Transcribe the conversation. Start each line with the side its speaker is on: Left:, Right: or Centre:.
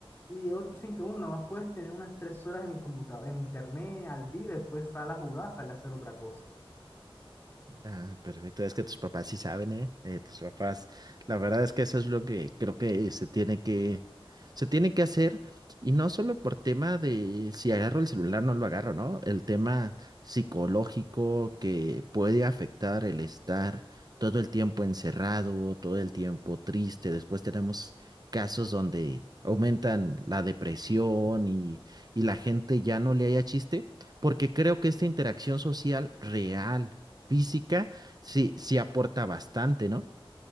Left: y ellos dicen que uno más puedes tener unas tres horas en el computador, en internet, al día, y después sale a jugar, sale a hacer otra cosa.
Right: Ah, perfecto. Es que tus papás sí saben, ¿eh? Eh, Tus papás, la verdad es que eso es lo que creo que se tiene que, se tiene que hacer. Y no solo por tema de si agarro el celular, no lo agarro, ¿no? El tema psicológico que puede afectar el estar todo el tiempo encerrado, todo el tiempo triste. Después tenemos casos donde aumentan la depresión y, y la gente ya no le haya chiste, porque creo que esta interacción social real física, sí, sí aporta bastante, ¿no?